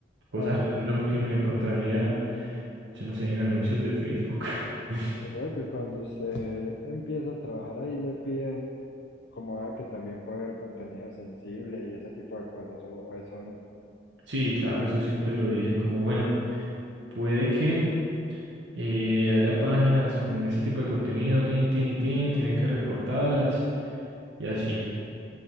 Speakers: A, on the right; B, on the left.
A: cosas
B: Ah,
A: random que uno se encontraría, yo no sé, en anuncios de Facebook. <laughs>
B: o sea que cuando usted empieza a trabajar ahí le piden como ah, que también puede haber contenido sensible y ese tipo de cosas, o, o eso no.
A: Sí, claro, eso siempre lo dicen como, bueno, puede que Y haya páginas con ese tipo de contenido, tin, tin y tin, tienen que reportarlas y así.